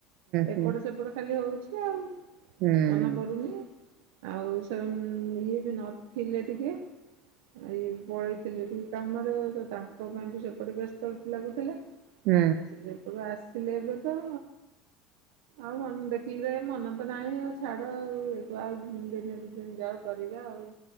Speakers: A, on the right (about 80°); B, on the right (about 50°).
A: ଏପଟ
B: ହୁଁ ହୁଁ ହୁଁ ହୁଁ
A: ସେପଟ ଖାଲି ହଉଛି ଆଉ।
B: ହୁଁ ହୁଁ
A: ମନେ ପଡ଼ୁନି ଆଉ ସେମାନେ ଇଏ ବି ନଥିଲେ ଟିକେ ଆଇ ପଳେଇଥିଲି ଟିକ କାମରେ ତ ତାଙ୍କ ପାଇଁ ବି ସେପଟେ ବ୍ୟସ୍ତ ଲାଗୁଥିଲା।
B: ହୁଁ
A: ଆ ସେ ଯେପଟୁ ଆସିଲେ ଏବେ ତ ଆଉ ମନ ଦେଖିଲି ମନ ତ ନାହିଁ ଆଉ ଛାଡ ଆଉ ଆଉ ଦିନ ଦ ଦିନ ଯାଉ କରିବା ଆଉ